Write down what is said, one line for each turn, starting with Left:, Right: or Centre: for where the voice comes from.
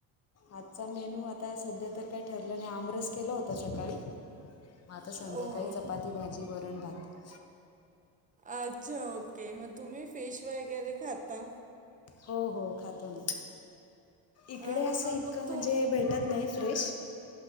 Left: आजचा मेनू आता सध्या तर काय ठरलं नाइ आमरस केला होता सकाळी म आता संध्याकाळी
Right: ओ
Left: चपाती भाजी वरन भात
Right: अच्छा ओके मग तुम्ही फिश वगैरे खाता
Left: हो हो खातो ना इकडे
Right: अरे
Left: असं
Right: वा
Left: इतकं
Right: मग
Left: म्हणजे
Right: तू
Left: भेटत नाहीत फ्रेश